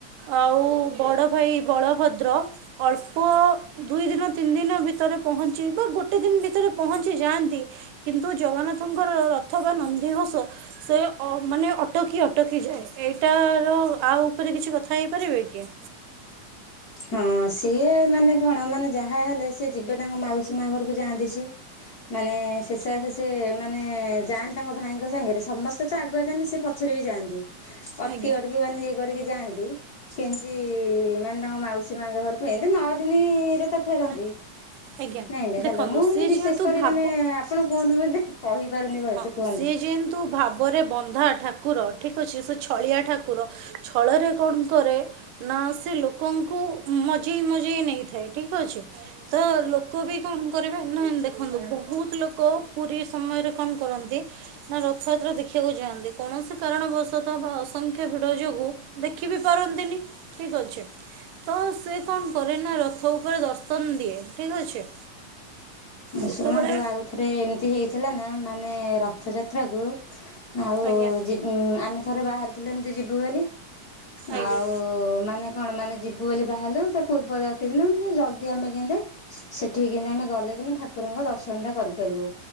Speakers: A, on the right (about 80°); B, on the left (about 70°).
A: ଆଉ ବଡ଼ ଭାଇ ବଳଭଦ୍ର, ଅଳ୍ପ ଦୁଇ ଦିନ ତିନି ଦିନ ଭିତରେ ପହଞ୍ଚି ବା ଗୋଟେ ଦିନ ଭିତରେ ପହଞ୍ଚି ଯାଆନ୍ତି, କିନ୍ତୁ ଜଗନ୍ନାଥଙ୍କର ରଥ ବା ନନ୍ଦିଘୋଷ, ସେ ମାନେ ଅଟକି ଅଟକି ଯାଏ ଏଇଟାର ଆଉ ଉପରେ କିଛି କଥା ହେଇପାରିବେ କି?
B: ହଁ ସିଏ ମାନେ କଣ ମାନେ ଯାହା ହେଲେ ସି ଯିବେ ତାଙ୍କ ମାଉସୀ ମା ଘରକୁ ଯାଆନ୍ତି ସି। ମାନେ ଶେଷ ସେ ମାନେ ଯାନ୍ତି ତାଙ୍କ ଭାଇଙ୍କ ସାଙ୍ଗରେ ସମସ୍ତେ ତ ଆଗୁଆ ଯାନ୍ତି ସେ ପଛରେ ବି ଯଆନ୍ତି। ଅଟକି
A: ଆଜ୍ଞା।
B: ଅଟକି ମାନେ ଇଏ କରିକି ଯାଆନ୍ତି କେମିତି ମାନେ ତାଙ୍କ ମାଉସୀ ୀ ମାଙ୍କ ଘରକୁ ଏନ୍ତି ନଅ ଦିନରେ ଫେରନ୍ତି
A: ନା ଆଜ୍ଞା
B: ନାଇଁ ହେଲ
A: ଦେଖନ୍ତୁ
B: ମୁଁ
A: ସିଏ
B: ଏତି ବିଶେଷ
A: ଯେହେତୁ
B: କରି
A: ଭାବ
B: ମାନେ ଆପଣ କୁହନ୍ତୁ ଏ କହିପାରୁନି ଭଲସେ
A: ହଁ
B: କୁହନ୍ତୁ।
A: ସିଏ ଯେହତୁ ଭାବରେ ବନ୍ଧା ଠାକୁର ଠିକ୍ ଅଛି ସେ ଛଳିଆ ଠାକୁର, ଛଳରେ କଣ କରେ, ନା ସେ ଲୋକଙ୍କୁ ମଜେଇ ମଜେଇ ନେଇଥାଏ ଠିକ ଅଛି, ତ ଲୋକ ବି କଣ କରିବେ ନ ଦେଖନ୍ତୁ ବହୁତ ଲୋକ ପୁରୀ ସମୟରେ, କଣ କରନ୍ତି? ନା ରଥଯାତ୍ରା ଦେଖିବାକୁ ଯାଆନ୍ତି। କୌଣସି କାରଣବଶତଃ ବା ଅସଂଖ୍ୟ ଭିଡ ଯୋଗୁ, ଦେଖି ବି ପାରନ୍ତିନି। ଠିକ ଅଛି, ତ ସେ କ'ଣ କରେ ନା ରଥ ଉପରେ ଦର୍ଶନ ଦିଏ। ଠିକ୍ ଅଛି, ଯେତେବେଳେ
B: ଶୁଣନ୍ତୁ ଆଉ ଥରେ ଏମିତି ହେଇଥିଲା ନା, ମାନେ ରଥଯାତ୍ରାକୁ, ଆଉ
A: ଆଜ୍ଞା
B: ଆମେ ଥରେ ବାହାରିଥିଲେୁ ଏମିତି ଯିବୁ ବୋଲି,
A: ଆଜ୍ଞା
B: ଆଉ ମାନେ, କଣ ମାନେ ଯିବୁ ବୋଲି ବାହାରିଲୁ ତା ପୂର୍ବ ରାତି ଦିନ ମାନେ ଜଲଦି ଆମେ କେନ୍ତି, ସେଠିକି କିନ୍ତ ଆମେ ଗଲେ କିନ୍ତୁ ଠାକୁରଙ୍କ ଦର୍ଶନ ଟା କରିପାରିବୁ।